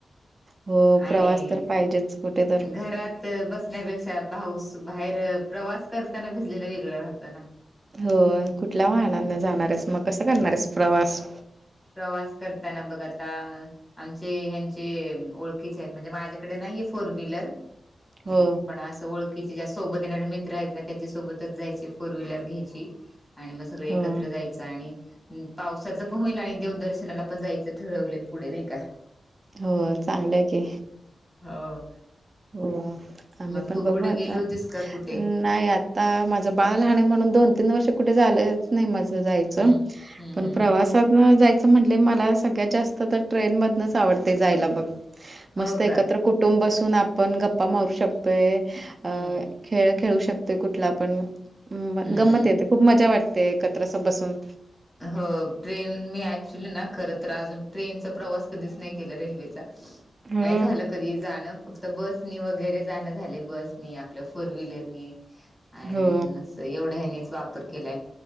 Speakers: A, on the right; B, in the centre.
A: हो
B: आणि
A: प्रवास तर पाहिजेच कुठे तर
B: घरात बसण्यापेक्षा भाऊस बाहेर प्रवास करताना भिजलेलं वेगळ राहतो ना.
A: हो कुठल्या वाहनांना जाणारस मग कसां करणार आहेस प्रवास
B: प्रवास करताना बघ आता आमचे ह्यांचे ओळखीच आहेत म्हणजे माझ्याकडे नाहीये फोर व्हीलर
A: हो
B: मग पण असं ओळख कि ज्या सोबत येणारे मित्र आहेत ना त्याच्या सोबतच जायचे फोर व्हीलर घ्यायची. आणि मग सगळ एकत्र
A: हो
B: जायचं आणि पावसाचं पण होईल आणि देवदर्शनाला पण जायचं ठरवले पुढे नाही का.
A: हो चांगलंय की.
B: हो
A: हो आम्ही
B: मग
A: पण
B: तू
A: बघू
B: कुठे
A: आता
B: गेली होतीस
A: अं
B: का कुठे
A: नाय आत्ता माझं बाळ लहान म्हणून दोन तीन वर्ष कुठे झालं नाई माझ जायचं
B: हम्म हम्म
A: पण
B: हम्म
A: प्रवास
B: हम्म
A: तर म जायचं म्हणले, मला सगळ्यात जास्त तर ट्रेन मधनच आवडते जायला बघ. मस्त
B: हो
A: एकत्र
B: का
A: कुटुंब बसून आपण गप्पा मारू शकतोय. अ
B: हम्म
A: खेळ खेळू शकतो कुठला पण म
B: हम्म
A: गंमत येते. खूप मजा वाटते एकत्र अस बसून.
B: हो ट्रेन मी ऍक्च्युली ना खर तर आजून ट्रेनचा प्रवास कधीच नाही केला रेल्वेचा,
A: हो
B: नाही झालं कधी जाण फ त बसनी वगैरे जाणं झालय, बसनी आपल्या फोर व्हीलरनी आणि
A: हो
B: म असं त एवढ्या यानीच वापर केलाय,